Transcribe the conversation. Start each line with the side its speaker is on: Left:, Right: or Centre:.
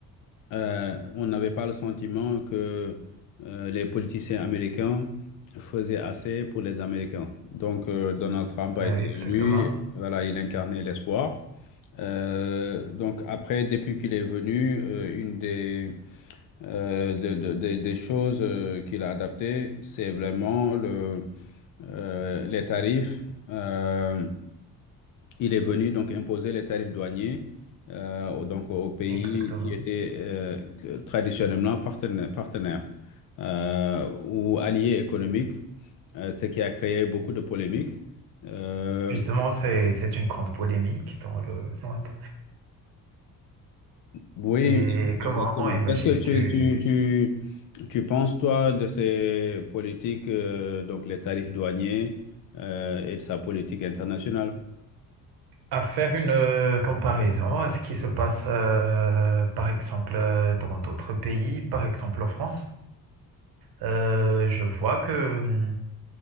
Left: euh, on n'avait pas le sentiment que euh, les politiciens américains faisaient assez pour les Américains. Donc, euh, Donald Trump a
Right: Oui,
Left: été
Right: exactement,
Left: élu, voilà, il incarnait l'espoir. Euh, donc après, depuis qu'il est venu, euh, une des, euh, de- de- de- des choses euh, qu'il a adaptées, c'est vraiment le, euh, les tarifs. Euh, il est venu donc imposer les tarifs douaniers euh, au- donc aux pays
Right: exactement.
Left: qui étaient euh, que- traditionnellement partena- partenaires, euh, ou alliés économiques, euh, ce qui a créé beaucoup de polémiques. Euh,
Right: Justement, c'est, c'est une grande polémique dans le monde.
Left: oui,
Right: Et comment
Left: exactement.
Right: imagines-tu
Left: Qu'est-ce que tu, tu, tu, tu penses, toi, de ces politiques, euh, donc les tarifs douaniers euh, et de sa politique internationale?
Right: à faire une euh, comparaison à ce qui se passe, euh, par exemple, euh, dans d'autres pays, par exemple en France? Euh, je vois que hum,